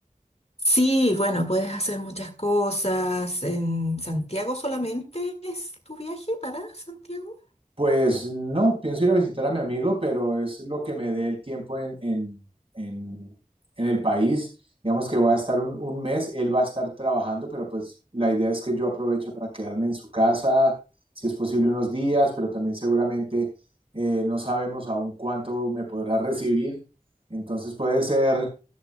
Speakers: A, on the left; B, on the right.
A: Sí, bueno, puedes hacer muchas cosas. ¿En Santiago solamente es tu viaje para Santiago?
B: Pues no, pienso ir a visitar a mi amigo, pero es lo que me dé el tiempo en, en, en- en el país. Digamos que voy a estar un, un mes, él va a estar trabajando, pero pues la idea es que yo aproveche para quedarme en su casa, si es posible unos días, pero también seguramente eh, no sabemos aún cuánto me podrá recibir. Entonces puede ser